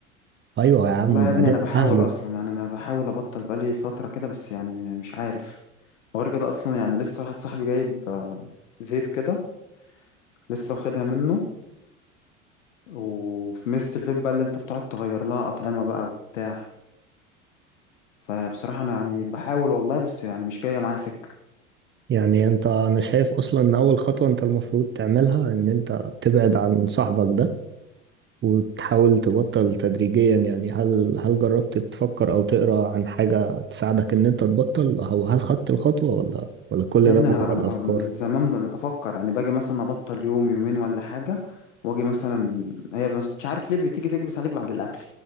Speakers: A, on the right (about 30°); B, on the left (about 70°).
A: ايوه يا عم
B: والله
A: وبعدين
B: يا ابني انا بحاول
A: اهله
B: اصلا يعني انا بحاول ابطل بقالي فتره كده بس يعني م- مش عارف وغير كده اصلا يعني لسه واحد صاحبي جايب آه، فيب كده لسه واخدها منه وفي ميزه الفيب بقى اللي انت بتقعد تغير لها اطعمه بقى وبتاع فبصراحه انا يعني بحاول والله بس يعني مش جايه معايا سكه
A: يعني انت انا شايف اصلا ان اول خطوه انت المفروض تعملها ان انت تبعد عن صاحبك ده وتحاول تبطل تدريجيا يعني هل هل جربت تفكر او تقرا عن حاجه تساعدك ان انت تبطل او هل خدت الخطوه ولا ولا كل
B: يا ابني
A: ده
B: انا
A: مجرد
B: انا ب-
A: افكار
B: من زمان اللي بفكر يعني باجي مثلا ابطل يوم يومين ولا حاجه واجي مثلا هي مش مش عارف ليه بتيجي تكبس عليك بعد الاكل